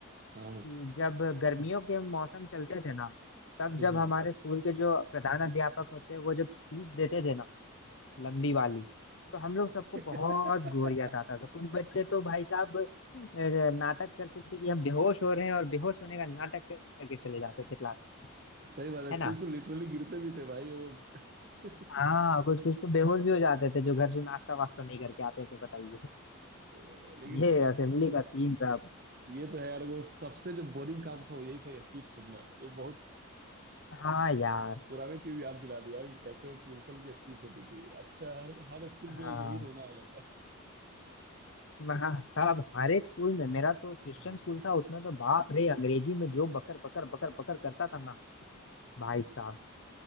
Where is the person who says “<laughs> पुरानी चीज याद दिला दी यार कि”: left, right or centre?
Right